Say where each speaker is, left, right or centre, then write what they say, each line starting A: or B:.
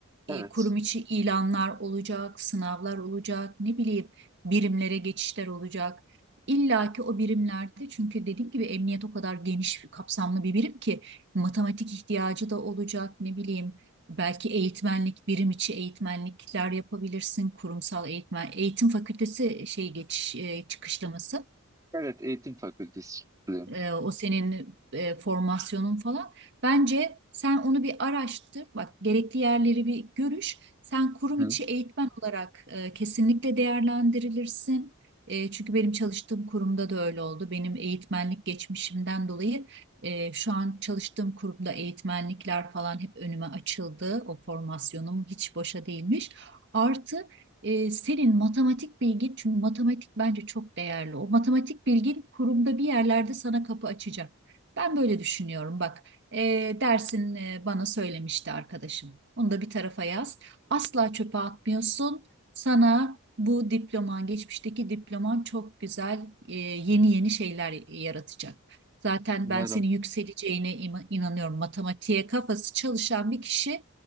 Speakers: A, on the right (about 15°); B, on the right (about 55°).
A: evet,
B: e, kurum içi ilanlar olacak, sınavlar olacak, ne bileyim birimlere geçişler olacak. İlla ki o birimlerde çünkü dediğim gibi emniyet o kadar geniş bir kapsamlı bir birim ki matematik ihtiyacı da olacak ne bileyim belki eğitmenlik birim içi eğitmenlikler yapabilirsin kurumsal eğitmen eğitim fakültesi e, şey geçiş e, çıkışlaması
A: evet eğitim fakültesiyim.
B: e, o senin e, formasyonun falan. Bence sen onu bir araştır. Bak gerekli yerleri bir görüş. Sen kurum
A: Hı,
B: içi eğitmen olarak e, kesinlikle değerlendirilirsin. E, çünkü benim çalıştığım kurumda da öyle oldu. Benim eğitmenlik geçmişimden dolayı e, şu an çalıştığım kurumda eğitmenlikler falan hep önüme açıldı. O formasyonum hiç boşa değilmiş. Artı e, senin matematik bilgin çünkü matematik bence çok değerli. O matematik bilgin kurumda bir yerlerde sana kapı açacak. Ben böyle düşünüyorum. Bak, e, dersin e, bana söylemişti arkadaşım. Onu da bir tarafa yaz. Asla çöpe atmıyorsun. Sana bu diploman, geçmişteki diploman çok güzel, e, yeni yeni şeyler yaratacak. Zaten
A: Umarım.
B: ben senin yükseleceğine ima- inanıyorum. Matematiğe kafası çalışan bir kişi